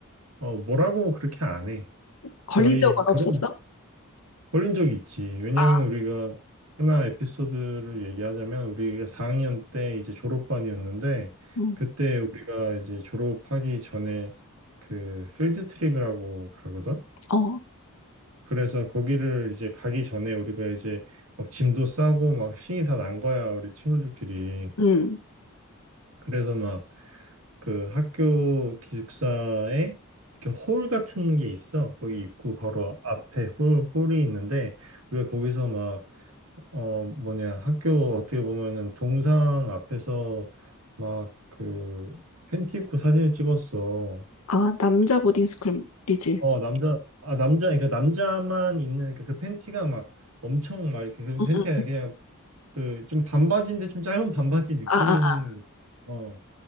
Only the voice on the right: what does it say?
어, 뭐라고 그렇게 안해
거의
그런
걸린 적이 있지 왜냐면
우리가 하나 에피소드를 얘기하자면 우리가 4학년 때 이제 졸업반이었는데
그때 우리가 이제 졸업하기 전에 그 필드 트립이라고 가거든
그래서 거기를 이제 가기 전에 우리가 이제 막 짐도 싸고 막 신이 다 난 거야, 우리 친구들끼리.
그래서 막 그 학교 기숙사에 이렇게 홀 같은 게 있어. 거기 입구 바로 앞에 홀, 홀이 있는데 우리가 거기서 막 어 뭐냐 학교 어떻게 보면은 동상 앞에서 막 그 팬티 입고 사진을 찍었어.
어 남자 아 남자 그러니까 남자만 있는 그러니까 그 팬티가 막 엄청 막 이렇게 그
팬티
아니라 그냥 그 좀 반바지인데 좀 짧은 반바지 느낌인
어